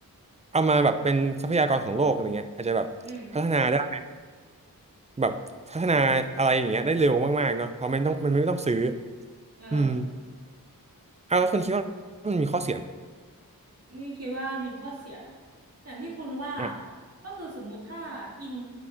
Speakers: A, on the right; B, on the right.
A: เอามาแบบเป็นทรัพยากรของโลกอะไรเงี้ยอาจจะแบบพัฒนาได้
B: อืม
A: แบบพัฒนาอะไรอย่างเงี้ยได้เร็วมากๆเนาะเพราะมันต้องมันไม่ต้องซื้อ
B: เออ
A: อืมอ้าวแล้วคุณคิดว่ามันมีข้อเสีย
B: นี่คิดว่ามีข้อเสียนะอย่างที่คุณว่า
A: ไหม
B: ก็คือสมมุติถ้าอิง